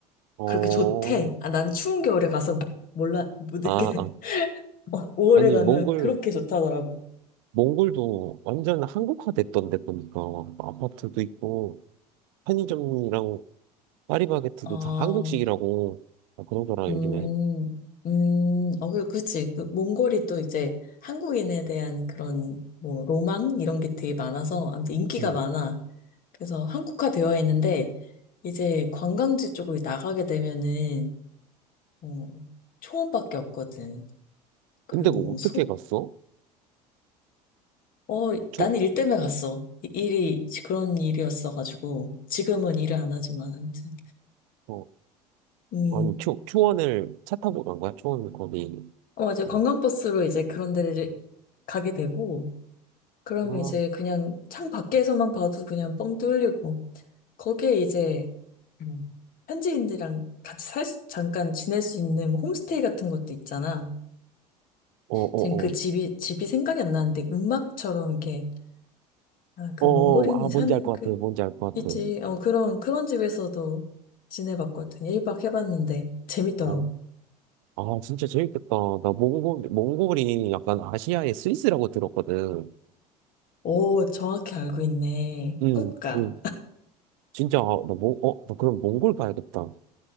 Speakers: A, on the right; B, on the left.
A: 어,
B: 그렇게 좋대. 아, 난 추운 겨울에 가서 뭐, 몰라, 못 느끼,
A: 아,
B: <laughs>
A: 아.
B: 5월에
A: 아니,
B: 가면
A: 몽골,
B: 그렇게 좋다더라고.
A: 몽골도 완전 한국화 됐던데 보니까. 아파트도 있고, 편의점이랑 파리바게트도
B: 어,
A: 다 한국식이라고. 아, 그러더라,
B: 음,
A: 요즘에.
B: 음, 어, 그, 그치. 그, 몽골이 또 이제 한국인에 대한 그런, 뭐, 로망? 이런 게 되게 많아서, 아무튼 인기가
A: 음.
B: 많아. 그래서 한국화 되어 있는데, 이제 관광지 쪽으로 나가게 되면은, 뭐, 초원밖에 없거든. 그리고
A: 근데 그거
B: 뭐,
A: 어떻게
B: 소,
A: 갔어?
B: 어,
A: 초,
B: 나는 일 때문에 갔어. 이- 일이, 그런 일이었어가지고, 지금은 일을 안 하지만, 아무튼.
A: 어,
B: 음,
A: 아니, 초, 초원을 차 타고 간 거야? 초원 거기.
B: 어, 이제 관광버스로
A: 음.
B: 이제 그런 데를 가게 되고, 그러면
A: 아, 어,
B: 이제 그냥 창 밖에서만 봐도 그냥 뻥 뚫리고, 거기에 이제, 음, 현지인들이랑 같이 살 수, 잠깐 지낼 수 있는 뭐 홈스테이 같은 것도 있잖아.
A: 어, 어.
B: 지금 그 집이, 집이 생각이 안 나는데, 음악처럼 이렇게, 아, 그
A: 어,
B: 몽골인이
A: 어, 아, 뭔지
B: 사는,
A: 알 것
B: 그,
A: 같아, 뭔지 알 것 같아.
B: 있지. 어, 그런, 그런 집에서도 지내봤거든. 1박 해봤는데, 재밌더라고.
A: 어. 아, 진짜 재밌겠다. 나 몽골, 몽골이 약간 아시아의 스위스라고 들었거든.
B: 오, 정확히 알고 있네.
A: 음,
B: 꼭 가.
A: 그, 진짜, 아, 나 몽, 어, 나 그럼 몽골 가야겠다.